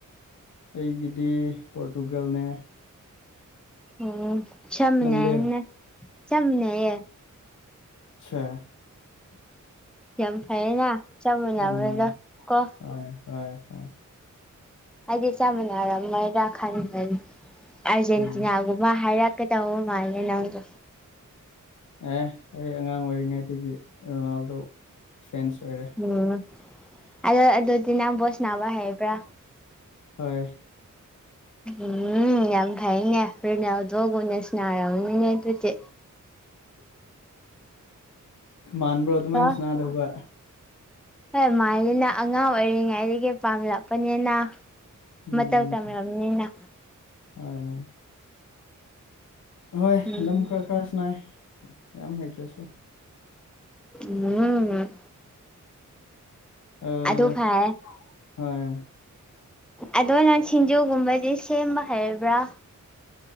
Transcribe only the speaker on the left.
ꯑꯩꯒꯤꯗꯤ ꯄꯣꯔꯇꯨꯒꯜꯅꯦ
ꯅꯪꯗꯤ
ꯆꯥ
ꯎꯝ
ꯍꯣꯏ ꯍꯣꯏ ꯍꯣꯏ
ꯎꯝ
ꯑꯦ ꯑꯩ ꯑꯉꯥꯡ ꯑꯣꯏꯔꯤꯉꯩꯗꯒꯤ ꯔꯣꯅꯥꯜꯗꯣ ꯐꯦꯟꯁ ꯑꯣꯏꯔꯦ
ꯍꯣꯏ
ꯃꯥꯟꯕ꯭ꯔꯣ ꯑꯗꯨꯃꯥꯏꯅ
ꯁꯅꯥꯗꯧꯒ
ꯎꯝ
ꯍꯣꯏ ꯍꯣꯏ ꯍꯣꯏ
ꯑꯗꯨꯝ ꯈꯔ ꯈꯔ ꯁꯅꯥꯏ ꯌꯥꯝ ꯍꯩꯇ꯭ꯔꯁꯨ
ꯑꯥ
ꯍꯣꯏ